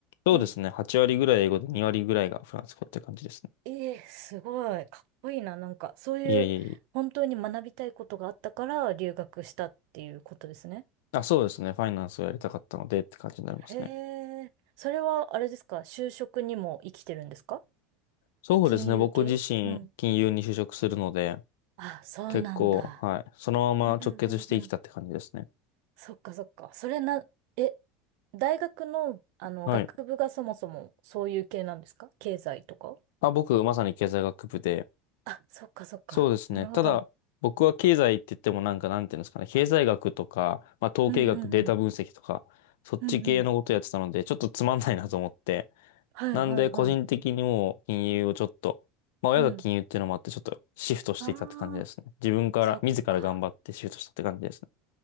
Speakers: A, on the left; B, on the right.
A: そうですね。
B: うん。
A: 8割ぐらい英語で2割ぐらいがフランス語って感じですね。
B: ええ、すごい。かっこいいな。なんか、そういう、
A: いえいえい
B: 本当に学びたいことがあったから、留学したっていうことですね。
A: え。あ、そうですね。ファイナンスをやりたかったのでって感じになりますね。
B: へえ。それは、あれですか就職にも生きてるんですか
A: そうですね。
B: 金融系うん。
A: 僕自身、金融に就職するので、
B: あ、そうなんだ。
A: 結構、はい。そのまま直結してきたって感じですね。
B: うんうんうんそっかそっか。それな、え、大学の、あの、
A: はい。
B: 学部がそもそもそういう系なんですか経済とか
A: あ、僕、まさに経済学部で。
B: あ、そっかそっか。
A: そうですね。
B: なるほど。
A: ただ、僕は経済って言ってもなんか、なんていうんですかね。経済学とか、まあ、統計学、
B: うんうんうん。
A: データ分析とか、そっち系のことやってたので、
B: うんうん。
A: ちょっとつまんないなと思って、
B: はいはいはい。
A: なんで、個人的にもう金融をちょっと、まあ親が金融っていうのもあって、
B: うん。
A: ちょっとシフトしていたって感じですね。
B: ああ、
A: 自分から、
B: そっか。
A: 自ら頑張ってシフトしたって感じですね。